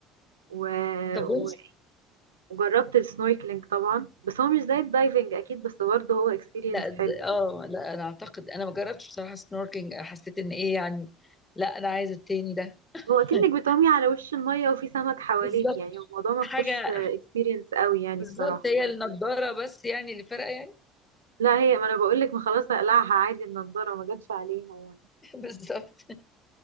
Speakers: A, on the right (about 85°); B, on the left (about 20°).
A: و...
B: طب
A: و...
B: وانت
A: وجربت السنوركلينج طبعا بس هو مش زي الدايفنج اكيد بس برضه هو اكسبيرينس
B: لا د-
A: حلو
B: اه لا انا اعتقد انا ما جربتش بصراحه سنوركينج حسيت ان ايه يعني لا انا عايزه التاني ده <laughs>
A: هو اكنك بتعومي على وش المية وفي سمك حواليك
B: بالظبط
A: يعني الموضوع ما
B: حاجه
A: فيهوش اكسبيرينس قوي يعني
B: بالظبط
A: بصراحة
B: هي النضاره بس يعني اللي فارقه يعني
A: لا هي ما انا بقول لك ما خلاص هقلعها عادي النضاره ما جاتش عليها يعني
B: <laughs> بالظبط